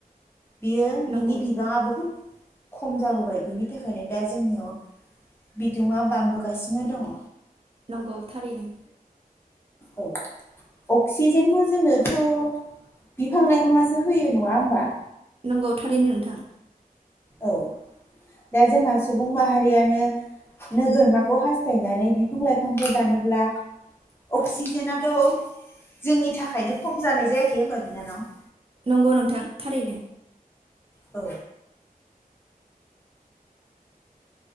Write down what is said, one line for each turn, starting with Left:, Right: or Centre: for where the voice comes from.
Left: बियो
Right: नंगौ
Left: बिनि बिबाङा बहुद खम जाबोबाय बिनि थाखायनो दा जोंनियाव बिदुंआ बांबोगासिनो दङ।
Right: नंगौ थारैनो
Left: औ अक्सिजेनखौ जोंनोथ बिफां लाइफाङासो होयो नङा होमबा
Right: नंगौ थारैनो नोंथां
Left: औ दा जोंहा सुबुं माहारियानो नोगोरमाखौ हास्थायनानै बिफां लाइफांखौ दानोब्ला अक्सिजेेनाथ जोंनि थाखायनो खम जानाय जायाखै होनबा बिनानाव?
Right: नंगौ नोंथां थारैनो
Left: औ